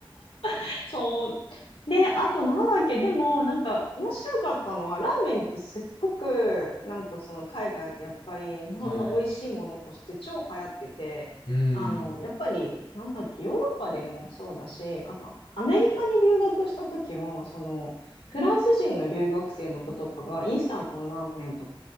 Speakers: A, on the left; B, on the left.
A: <laughs> そう。で、あとなんだっけ、でもなんか面白かったのは、ラーメンってすっごくなんかその海外でやっぱり日本の美味しいものとして超流行ってて、
B: はい。うん。
A: あの、やっぱりなんだっけ、ヨーロッパでもそうだし、あとアメリカに留学した時も、そのフランス人の留学生の子とかがインスタントのラーメンとか